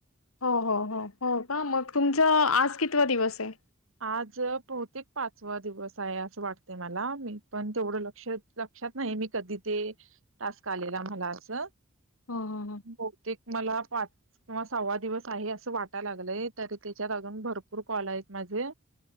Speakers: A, on the left; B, on the right.
A: हो हो हो हो का, मग तुमचा आज कितवा दिवस आहे?
B: आज बहुतेक पाचवा दिवस आहे, असं वाटत मला मी पण तेवढं लक्ष -लक्षात नाही मी कधी ते टास्क आलेला मला असं.
A: हो, हो, हो.
B: बहुतेक मला पाच किंवा सहावा दिवस आहे असं वाटायला लागलंय, तरी त्याच्यात अजून भरपूर कॉल आहेत. माझे